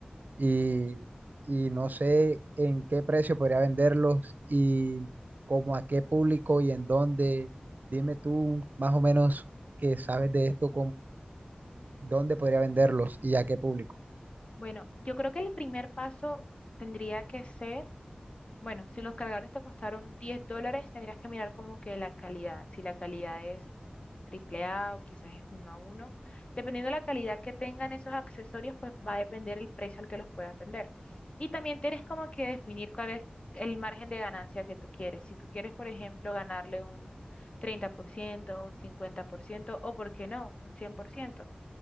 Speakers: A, on the right; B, on the left.
A: y, y no sé en qué precio podría venderlos y como a qué público y en dónde. Dime tú más o menos que sabes de esto dónde podría venderlos y a qué público.
B: Bueno, yo creo que el primer paso tendría que ser Bueno, si los cargadores te costaron 10 dólares, tendrías que mirar como que la calidad, si la calidad es triple A o quizás es uno a uno. Dependiendo de la calidad que tengan esos accesorios, pues va a depender el precio al que los puedas vender. Y también tienes como que definir cuál es el margen de ganancia que tú quieres. Si tú quieres, por ejemplo, ganarle un 30%, un 50%, o, ¿por qué no?, un 100%.